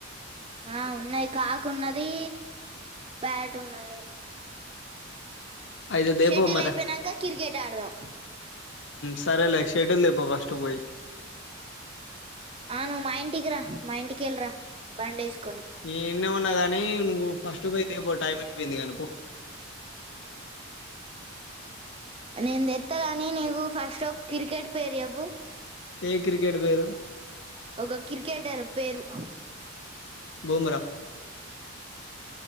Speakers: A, on the right (about 30°); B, on the left (about 65°).
A: ఆ ఉన్నాయి కాకు ఉన్నది బ్యాట్ ఉన్నది
B: అయితే దేపో
A: శెట్టేల్
B: మరి
A: అయిపోయినాక క్రికెట్ ఆడదాం
B: సరేలే షటిల్ దేపో ఫస్ట్ పోయి
A: అ నువ్వు మా ఇంటికి రా మా ఇంటికెళ్ళి రా బ్యాట్ తీసుకొని
B: ఈన్నే ఉన్నా గాని నువ్వు ఫస్ట్ పోయి దేపో టైం అయిపోయింది గాని పో
A: నేను తెస్తా గాని నీకు ఫస్ట్ ఒక క్రికెట్ పేరు చెప్పు
B: ఏ క్రికెట్ పేరు
A: ఒక క్రికెటర్ పేరు
B: బూమ్రా